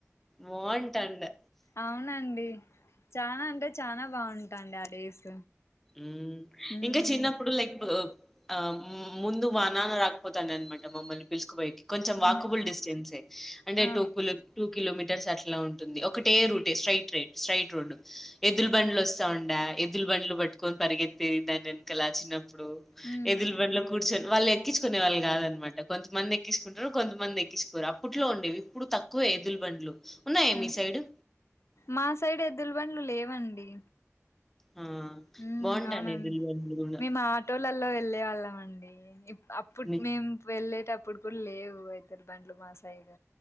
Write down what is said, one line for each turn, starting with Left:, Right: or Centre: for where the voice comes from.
Centre: వా డి
Left: అవునండి చనా అంటే చనా బాగుంటాండి ఆ డేస్
Centre: ఉమ్
Left: మ్మ్
Centre: ఇంకా చిన్నప్పుడు లైక్ ఆ ము ముందు మా నాన్న రాకపోతండ్య అన్మాట మమ్మల్ని పిలసుకుపోయేకి కొంచెం వాకుబుల్
Left: మ్మ్
Centre: డిస్టెన్సే అంటే
Left: ఆ
Centre: టూపులే టుప్ కిలోమీటర్స్ అట్లా ఉంటుంది ఒకటే route straight route straight route ఎద్దుల బండ్లు వస్తా ఉండడా ఎద్దు బండ్లు పట్టు పరిగెత్తందా నెన కా చిన్నప్ప ఇప్పుడు
Left: మ్మ్
Centre: ఎదులు బండ్లో కూర్చ వాళ్ళు ఎక్కించుకునే వాళ్ళు కాదనమాట కొంతమంది ఎక్కించుకుంటారు కొంతమంది ఎక్కించుకోరు అప్పట్లో ఉండేవి ఇప్పుడు తక్కువ ఎదులు బండ్లు ఉన్నాయా
Left: ఉమ్
Centre: మీ సైడు?
Left: మా సైడ్ ఎద్దుల బండ్లు లే వండి
Centre: ఆ!
Left: ఉ
Centre: బావుంటాండే
Left: అవును
Centre: ఎద్దుల బండ్లు గూడా.
Left: మేము ఆటోలలో వెళ్ళే వాళ్ళం అన్ ఇప్పు అప్పుడు
Centre: మీ
Left: మేము వెళ్ళేటప్పు ఇప్పుడు కూడా లేవు ఇతరు బండ్లు మా సైడ్